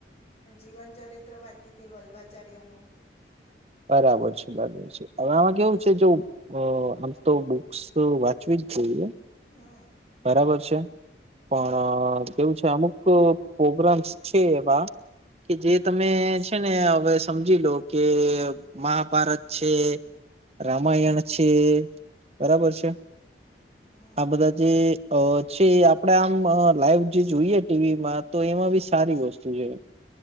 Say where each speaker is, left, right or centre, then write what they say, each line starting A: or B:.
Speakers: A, on the left; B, on the right.
A: હું જીવન ચરિત્ર વાચતી હતી, વલ્ભાચાર્ય નું
B: બરાબર છે, બરાબર છે, હવે આમાં કેવું છે જો આમ તો બુક્સ વાંચવી જ જોઈએ
A: હમ
B: બરાબર છે, પણ
A: હમ
B: કેવું છે અમુક પ્રોગ્રામસ છેવા કે જે તમે છે, ને હવે સમજી લો કે મહાભારત છે. રામાયણ છે બરાબર છે,
A: હમ
B: આ બધા જે છે આપણેે આમ લાઈવ જે જોઈએ ટીવીમાં તો એમાં બી સારી વસ્તુ છે,